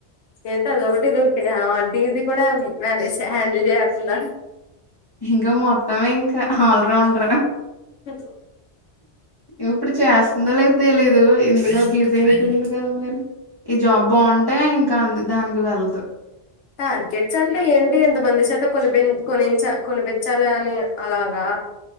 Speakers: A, on the left; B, on the left.
A: ఎంతద ఒకటిది ఒకటి వడ ఇది కూడా మనేజ హ్యాండిల్ చేస్తుంద
B: ఇంకా మొత్తమే ఇంకా ఆల్రౌండర్
A: ఉ
B: ఇప్పుడు చేస్తుందో లే తెలీదు ఇందులో డిజీఐ ఎ మరి ఈ జాబ్ బాగుంటే ఇంకా అంది దానికి వెళ్ళదు
A: టార్గెట్స్ అంటే ఏంటి ఎంతమంది చేత కొనిప కొని కొనిపించాలి అని అలాగా